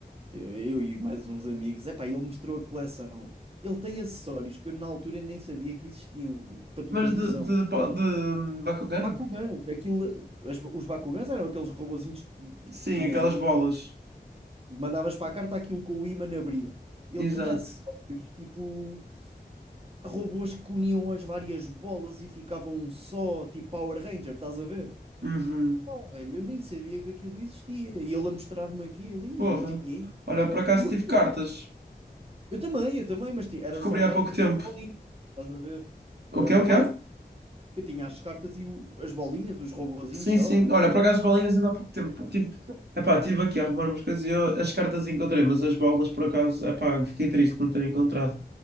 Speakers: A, on the right; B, on the right.
A: eu, eu e mais uns amigos. Epá, ele mostrou a coleção. Ele tem acessórios que eu na altura nem sabia que existiam, para tu
B: mas
A: teres noção.
B: de, de, de, de Bakugan?
A: Bakugans, aquilo, as- os Bakugans eram aqueles robozinhos que
B: Sim,
A: tinhas
B: aquelas
A: as-
B: bolas.
A: mandavas para a carta aquilo com o ímã abria. Ele
B: Exato.
A: tinha acessórios, tipo robôs que uniam as várias bolas e ficavam um só, tipo Power Ranger, estás a ver?
B: Uhum.
A: Oh, velho, eu nem sabia que aquilo existia. E ele a mostrar-me aquilo, e
B: Porra.
A: eu tinha isso.
B: Olha, eu por acaso
A: E eu,
B: tive cartas.
A: eu também, eu também, mas ti- era
B: Descobri
A: só cartas
B: há pouco tempo.
A: e bolinhas, estás a ver? Eu
B: O
A: era
B: quê? O
A: o básico.
B: quê?
A: Eu tinha as cartas e o- as bolinhas, os robozinhos
B: Sim,
A: só.
B: sim.
A: O...
B: Olha,
A: básico.
B: por acaso balinhas ainda há pouco tempo. pá. Tive... Epá, tive aqui a arrumar umas coisas e eu as cartas encontrei, mas as bolas por acaso, epá, fiquei triste de não ter encontrado.